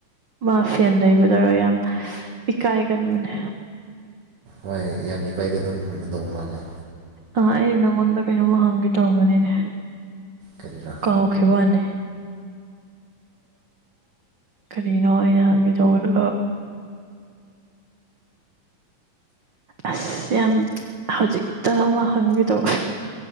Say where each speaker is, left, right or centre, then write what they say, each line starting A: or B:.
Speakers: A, on the right (about 85°); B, on the right (about 65°).
A: ꯃꯥ ꯐꯦꯟ ꯂꯩꯕꯗꯒ ꯌꯥꯝ ꯏꯀꯥꯏꯒꯟꯕꯅꯦ
B: ꯍꯣꯏ ꯌꯥꯝ ꯏꯀꯥꯏꯒꯗꯧꯒꯗꯧꯕ ꯃꯥꯜꯂꯦ
A: ꯑ ꯑꯩ ꯅꯪꯉꯣꯟꯗ ꯀꯩꯅꯣꯝꯃ ꯍꯪꯒꯦ ꯇꯧꯝꯕꯅꯤꯅꯦ
B: ꯀꯔꯤꯔꯥ
A: ꯀꯥꯎ ꯈ ꯋꯥꯅꯦ ꯀꯔꯤꯅꯣ ꯑꯩꯅ ꯍꯪꯒꯦ ꯇꯧꯕꯗꯣ ꯑꯁ ꯌꯥꯝ ꯍꯧꯖꯤꯛꯇ ꯑꯃ ꯍꯪꯒꯦ ꯇꯧꯕ